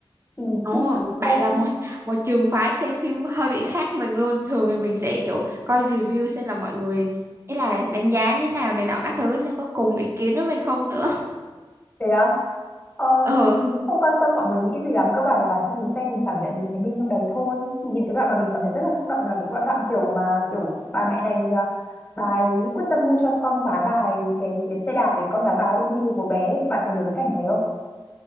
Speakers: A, on the left; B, on the right.
A: thì
B: Ồ,
A: khi mình
B: bạn
A: xem
B: là một <laughs> một trường phái xem phim hơi bị khác mình luôn. Thường thì mình sẽ kiểu coi review xem là mọi người ý là đánh giá như thế nào này nọ các thứ xem có cùng ý kiến với mình không nữa
A: thế á ờ,
B: Ờ,
A: cũng không quan tâm mọi người nghĩ gì lắm cơ bản là bản thân mình xem mình cảm nhận mình thấy mình trong đấy thôi thì những cái đoạn mà mình cảm thấy rất là xúc động là cái đoạn đoạn kiểu mà kiểu bà mẹ này à, bà ấy quyết tâm mua cho con gái bà ấy cái, cái xe đạp để con gái bà ấy được đi từ của bé bạn có nhớ cái cảnh đấy không